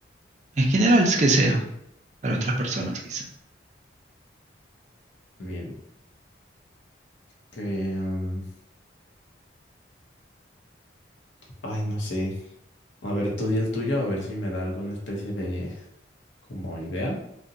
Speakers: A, on the right; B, on the left.
A: En general, es que sea, para otras personas quizá.
B: Bien. Que. em, ay, no sé. A ver, tú di el tuyo, a ver si me da alguna especie de como idea.